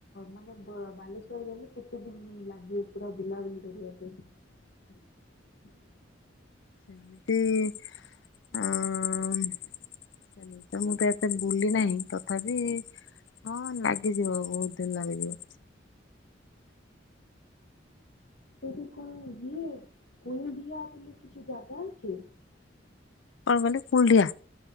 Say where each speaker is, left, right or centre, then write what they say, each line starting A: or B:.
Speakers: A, on the left; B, on the left.
A: ମାନେ ବାଲେଶ୍ଵର ଗଲେ କେତେ ଦିନି ଲାଗିବେ ପୁରା ବୁଲାବୁଲି କର? <unintelligible>
B: ସେମିତି ଆଁ ତ ମୁଁ ତ ଏତେ ବୁଲି ନାହିଁ ତଥାପି ହଁ ଲାଗିଯିବ ବହୁତ ଦିନ ଲାଗିଯିବ।
A: ସେଇଠି ସେଇ <unintelligible> ବୋଲି କିଛି ଜାଗା ଅଛି?
B: ମାନେ କୁଲଢିଆ